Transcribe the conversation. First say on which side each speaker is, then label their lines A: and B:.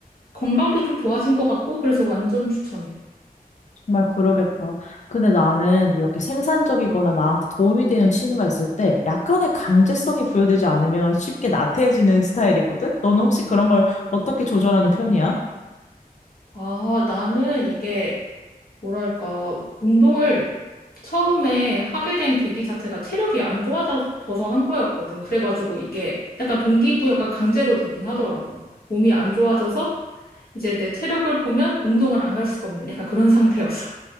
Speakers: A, on the left (about 70°); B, on the left (about 50°).
A: 건강도 좀 좋아진 것 같고, 그래서 완전 추천해.
B: 정말 그러겠다. 근데 나는 이렇게 생산적이거나 나한테 도움이 되는 취미가 있을 때 약간의 강제성이 부여되지 않으면 쉽게 나태해지는 스타일이거든? 너는 혹시 그런 걸 어떻게 조절하는 편이야?
A: 아, 나는 이게 뭐랄까, 운동을 처음에 하게 된 계기 자체가 체력이 안 좋아져서 한 거였거든. 그래가지고 이게 약간 동기부여가 강제로 되긴 하더라고. 몸이 안 좋아져서 이제 내 체력을 보면 운동을 안 갈 수가 없는 약간 그런 상태였어.